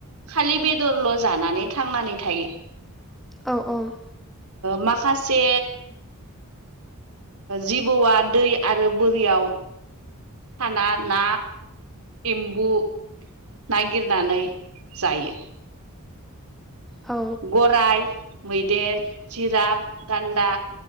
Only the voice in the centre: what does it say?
औ औ
औ